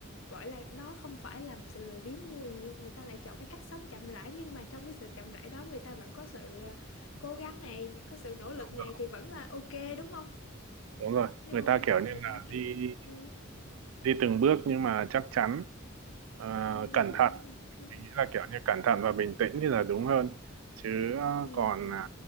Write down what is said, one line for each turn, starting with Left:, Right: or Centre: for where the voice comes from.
Left: gọi là đó không phải là một sự lười biếng như người, người ta lại chọn cái cách sống chậm rãi nhưng mà trong cái sự chậm rãi đó người ta vẫn có sự à, cố gắng này có sự nỗ lực
Right: đúng
Left: này
Right: rồi
Left: thì vẫn là ok đúng không
Right: đúng rồi
Left: nhưng
Right: người
Left: mà
Right: ta
Left: quan
Right: kiểu
Left: trọng
Right: như
Left: người
Right: là
Left: ta kiểu
Right: đi
Left: ừ,
Right: đi từng bước nhưng mà chắc chắn ờ,
Left: ừ,
Right: cẩn
Left: đúng rồi
Right: thận
Left: đúng rồi đúng
Right: mình
Left: rồi
Right: nghĩ là kiểu như cẩn thận và bình tĩnh thì là đúng hơn chứ ờ,
Left: ừ,
Right: còn
Left: ừ.
Right: à,